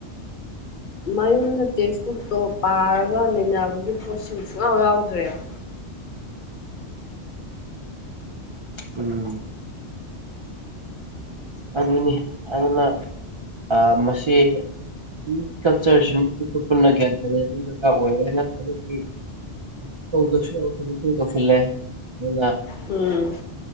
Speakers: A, on the left (about 45°); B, on the right (about 40°).
A: ꯃꯌꯨꯝꯗ ꯇꯦꯛꯁꯕꯨꯛꯇꯣ ꯄꯥꯔꯒ ꯅꯩꯅꯕꯒꯤ ꯄ꯭ꯔꯣꯁꯦꯖ ꯁꯨꯡꯌꯥꯎ ꯌꯥꯎꯗ꯭ꯔꯦꯕ꯫
B: ꯎꯝ ꯑꯗꯨꯅꯤ ꯑꯩꯅ ꯑ ꯃꯁꯤ <inaudible> ꯀꯜꯆꯔꯁꯤ ꯃꯨꯊꯠꯄ ꯄꯨꯟꯅ ꯒ꯭ꯌꯥꯟ ꯇꯥꯃꯤꯟꯅꯕ ꯗꯔꯀꯥꯔ ꯑꯣꯏꯔꯦ ꯅꯠꯇ꯭ꯔꯒꯗꯤ <unintelligible> ꯇꯧꯁꯤꯜꯂꯦ ꯑꯗꯨꯅ
A: ꯎꯝ